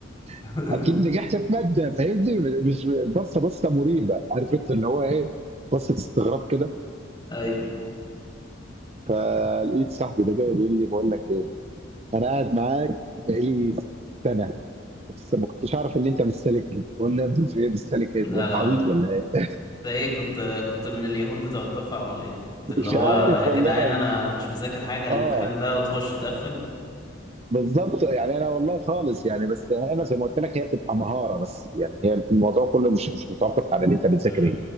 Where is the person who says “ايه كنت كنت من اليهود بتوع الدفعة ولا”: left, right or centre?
Left